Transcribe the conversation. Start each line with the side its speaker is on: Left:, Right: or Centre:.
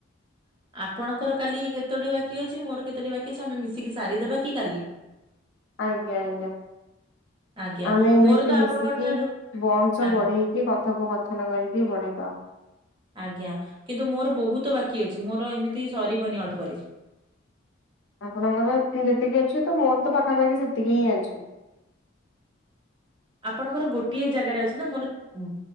Right: <inaudible> ଆପଣଙ୍କର କାଲି କେତୋଟି ବାକି ଅଛି, ମୋର କେତୋଟି ବାକି ଅଛି, ଆମେ ମିଶିକି ସାରିଦେବା କି କାଲି।
Left: ଆଜ୍ଞା ଆଜ୍ଞା।
Right: ଆଜ୍ଞା।
Left: ଆମେ ଏମିତି
Right: ମୋର ତ
Left: ମିଶିକି
Right: ଆପଣଙ୍କ ଠାରୁ
Left: ବନ୍ସ
Right: ଆଜ୍ଞା
Left: ବଢେଇକି, କଥୋପକଥନ କରିକି ବଢେଇଦବା।
Right: ଆଜ୍ଞା, କିନ୍ତୁ ମୋର ବହୁତ ବାକି ଅଛି, ମୋର ଏମିତି ସରିବନି ଅଳ୍ପରେ <inaudible>
Left: ଆପଣଙ୍କର ଠିକ ଯେତିକି ଅଛି ତ, ମୋର ତ ପାଖାପାଖି ସେତିକି ହିଁ ଅଛି।
Right: <inaudible> ଆପଣଙ୍କର ଗୋଟିଏ ଜାଗାରେ ଅଛି ନା, ମୋର ଉଁ